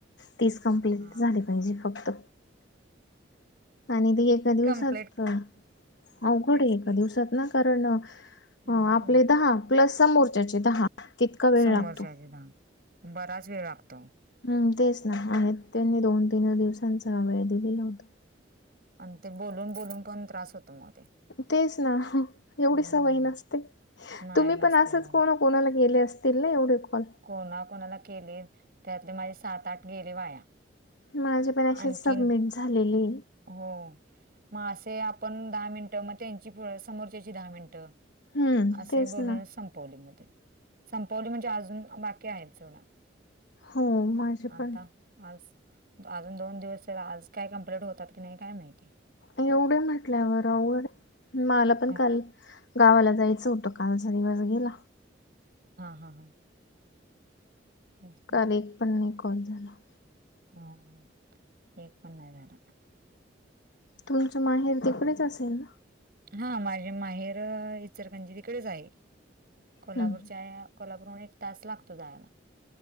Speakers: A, on the left; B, on the right.
A: तीस कम्प्लीट
B: हा
A: झाली पाहिजे फक्त. आणि ते एका दिवसात
B: कम्प्लेट
A: अवघड
B: तेच
A: ए एका
B: की
A: दिवसात ना कारण
B: नाही
A: आपले
B: होत
A: दहा प्लस समोरच्याचे दहा तितका वेळ
B: समोरच्याचे
A: लागतो
B: दहा बराच वेळ लागतो.
A: हम्म तेच ना आणि त्यांनी दोन तीन दिवसांचा वेळ दिलेला होता.
B: अन ते बोलून बोलून पण त्रास होतो म ते
A: तेच ना एवढी
B: हम्म
A: सवय नसते
B: नाही
A: तुम्ही
B: नसते
A: पण असंच
B: हो
A: कोण कोणाला गेले असतील ना एवढे कॉल?
B: कोणा कोणाला केले त्यातले माझे सात आठ गेले वाया.
A: माझे पण अशेच
B: आणखीन
A: सबमिट झालेले
B: हो मग असे आपण दहा मिनिटं मग त्यांची समोरच्याची दहा मिनटं
A: हम्म
B: असे
A: तेच
B: बोलून
A: ना.
B: संपवले मग ते. संपवली म्हणजे अजून बाकी आहेत सोडा
A: हो माझे पण
B: आता आज अजून दोन दिवस आज काय कम्प्लीट होतात की नाही काय माहिती.
A: एवढे म्हटल्यावर अवघड मला पण
B: अ,
A: काल गावाला जायचं होतं कालचा दिवस गेला.
B: हा हा हा. हम् <inaudible>
A: काल एक पण नाही कॉल झाला.
B: हम् एक पण नाही झाला.
A: तुमचं माहेर तिकडेच असेल ना?
B: हा माझे माहेर इचरकंरजी इकडेच आहे कोल्हापूरच्या
A: हम्म
B: कोल्हापूर उन एक तास लागतो जायला.